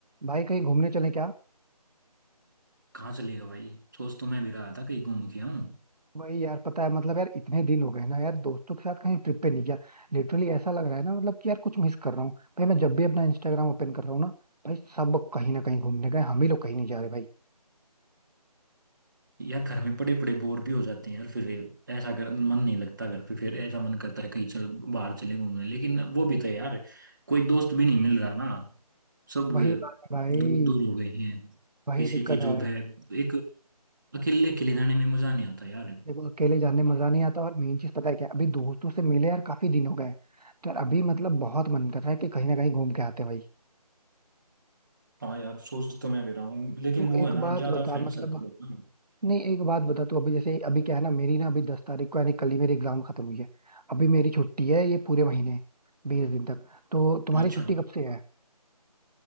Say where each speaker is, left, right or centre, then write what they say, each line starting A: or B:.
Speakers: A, on the right; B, on the right.
A: भाई कहीं घूमने चले क्या
B: कहाँ चलेगा भाई सोच तो मैं भी रहा था कहीं घूम के आऊं
A: वही यार पता है मतलब यार इतने दिन हो गए ना यार दोस्तों के साथ कहीं ट्रिप पे नहीं गया लिटरली ऐसा लग रहा है ना मतलब कि यार कुछ मिस कर रहा हूँ भाई मैं जब भी अपना इंस्टाग्राम ओपन कर रहा हूँ ना भाई सब कहीं ना कहीं घूमने गए हम ही लोग कहीं नहीं जा रहे भाई
B: यार घर में पड़े पड़े बोर भी हो जाते हैं यार फिर ऐसा कर मन नहीं लगता घर पे फिर ऐसा मन करता है कहीं चल बाहर चले घूमने लेकिन वो भी तो है यार कोई दोस्त भी नहीं मिल रहा ना सब
A: वही बात है भाई
B: दूर दूर हो गए हैं
A: वही
B: किसी
A: दिक्कत
B: की
A: है
B: जॉब है एक अकेले अकेले जाने में मजा नहीं आता यार
A: देखो अकेले जाने में मजा नहीं आता और मेन चीज पता है क्या है? अभी दोस्तों से मिले यार काफी दिन हो गए तो यार अभी मतलब बहुत मन कर रहा है कि कहीं ना कहीं घूम के आते हैं भाई
B: हाँ यार सोच तो मैं भी रहा हूँ लेकिन
A: तो
B: वो
A: एक
B: है ना
A: बात
B: ज्यादा
A: बता
B: फ्रेंड
A: मतलब
B: सर्कल हो ना
A: नहीं एक बात बता तू अभी जैसे अभी क्या है ना मेरी ना अभी दस तारीख को यानी कल ही मेरी एग्जाम खत्म हुई है अभी मेरी छुट्टी है ये पूरे महीने बीस दिन तक तो तुम्हारी
B: अच्छा
A: छुट्टी कब से है